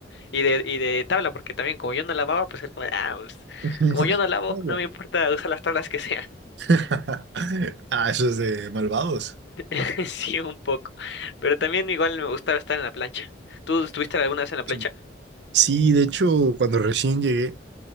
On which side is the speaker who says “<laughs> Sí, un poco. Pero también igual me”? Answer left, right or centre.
Left